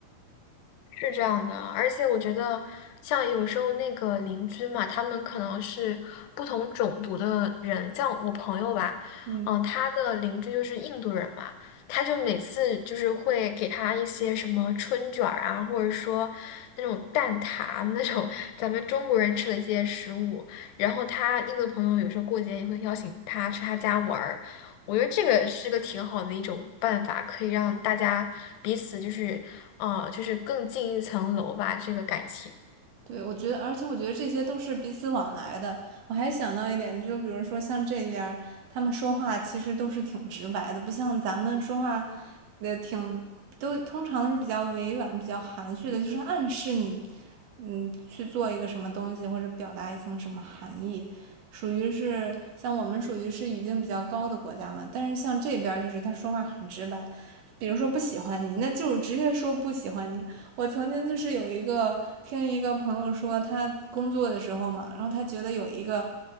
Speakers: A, on the left (about 80°); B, on the right (about 70°).
A: 是这样的，而且我觉得，像有时候那个邻居嘛，他们可能是不同种族的人，像我朋友吧，
B: 嗯。
A: 嗯、他的邻居就是印度人嘛，他就每次就是会给他一些什么春卷儿啊，或者说那种蛋挞那种 <laughs> 咱们中国人吃的一些食物，然后他印度朋友有时候过节也会邀请他去他家玩儿，我觉得这个是个挺好的一种办法，可以让大家彼此就是呃，就是更进一层楼吧，这个感情。
B: 对，我觉得，而且我觉得这些都是彼此往来的。我还想到一点，就比如说像这边儿他们说话其实都是挺直白的，不像咱们说话，呃，挺都通常是比较委婉、比较含蓄的，就是暗示你，嗯，去做一个什么东西或者表达一层什么含义，属于是像我们属于是语境比较高的国家嘛。但是像这边儿就是他说话很直白，比如说不喜欢你，那就直接说不喜欢你。我曾经就是有一个听一个朋友说，他工作的时候嘛，然后他觉得有一个